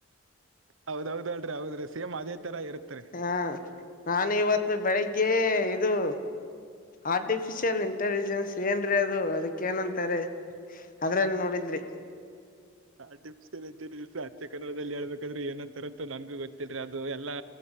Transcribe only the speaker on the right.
ಹೌದದ್ಲ್ರರಿ ಹೌದ್ರೀ ಸೇಮ್ ಅದೇ ತರ ಇರತ್ರಿ.
ಆಟ್ರಿಫಿಸಲ್ ಅಂತ ಅಚ್ಚೆ ಕನ್ನಡದಲ್ಲಿ ಹೇಳ್ಬೇಕಾದ್ರೆ ಏನಂತಾರಂತ ನನ್ಗೂ ಗತ್ತ. ಿ ಅದು ಎಲ್ಲಾ